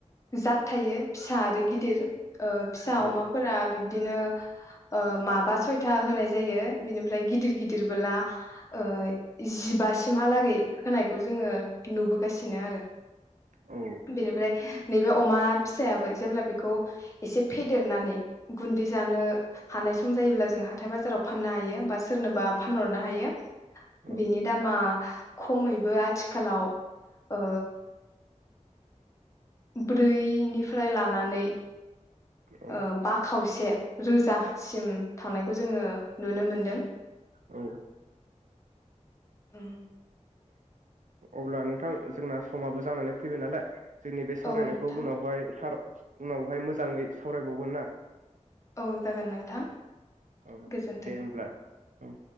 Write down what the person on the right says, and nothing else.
औ
औ
औ
औ
औ
अब्ला नोंथां जोंना समाबो जानानै फैबाय नालाय। जोंनि बे सावरायनायखौ
उनावहाय सार उनावहाय मोजाङै सावरायबावगोन ना?
औ
दे होमब्ला औ